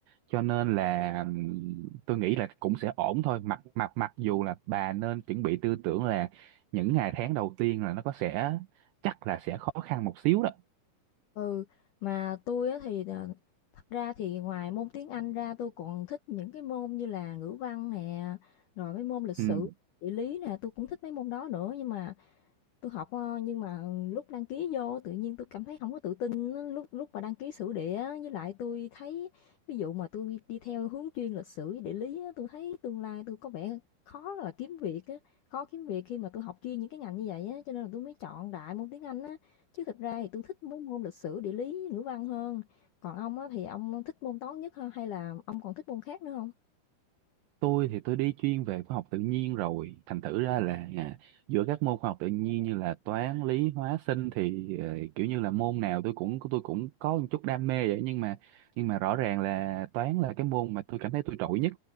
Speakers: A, on the right; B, on the left.
A: cho nên là ừm, tôi nghĩ là cũng sẽ ổn thôi mặc mặc mặc dù là bà nên chuẩn bị tư tưởng là những ngày tháng đầu tiên là nó có sẽ chắc là sẽ khó khăn một xíu đó
B: Ừ, mà tôi á thì à, thật ra thì ngoài môn tiếng Anh ra tôi còn thích những cái môn như là ngữ văn nè, rồi mấy môn lịch sử,
A: ừ
B: địa lý nè, tôi cũng thích mấy môn đó nữa nhưng mà tôi học ờ, nhưng mà lúc đăng ký vô tự nhiên tôi cảm thấy không có tự tin á, lúc lúc mà đăng ký sử địa á, với lại tôi thấy ví dụ mà tôi đi theo hướng chuyên lịch sử với địa lý á, tôi thấy tương lai tôi có vẻ khó là kiếm việc á, khó kiếm việc khi mà tôi học chuyên những cái ngành như vậy á, cho nên là tôi mới chọn đại môn tiếng Anh á. Chứ thực ra thì tôi thích mấy môn lịch sử, địa lý, ngữ văn hơn. Còn ông á, thì ông thích môn toán nhất ha, hay là ông còn thích môn khác nữa không
A: tôi thì tôi đi chuyên về khoa học tự nhiên rồi thành thử ra là à, giữa các môn khoa học tự nhiên như là toán lý hóa sinh thì ờ, kiểu như là môn nào tôi cũng tôi cũng có một chút đam mê vậy nhưng mà nhưng mà rõ ràng là toán là cái môn mà tôi cảm thấy tôi trội nhất